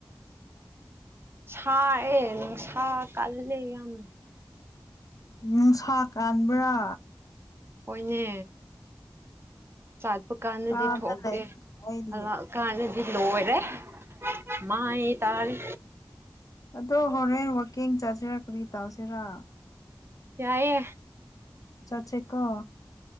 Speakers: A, on the right; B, on the left.
A: ꯁꯥꯛ ꯑꯦ ꯁ ꯀꯥꯏꯂ ꯌꯥꯝ ꯌꯥꯝꯅ
B: ꯅꯨꯡ ꯁꯥ ꯀꯕ꯭ꯔꯥ
A: ꯍꯣꯏꯅꯦ ꯆꯥꯠꯄ ꯀꯥꯟꯗꯗꯤ
B: ꯀꯥꯗ
A: ꯊꯣꯛꯇꯦꯥꯛꯀꯥꯟꯗꯗꯤ
B: ꯂꯩꯕꯗꯣ ꯑꯩꯗꯤ
A: ꯂꯣꯏꯔꯦ ꯃꯥꯌꯦ ꯇꯥꯔ
B: ꯑꯗꯣ ꯍꯣꯔꯦꯟ ꯋꯥꯛꯀꯤꯡ ꯆꯥꯁꯤꯔ ꯀꯔꯤ ꯇꯧꯁꯤꯔꯥ
A: ꯌꯥꯌꯦꯦ
B: ꯆ ꯆꯩꯦ ꯀꯣ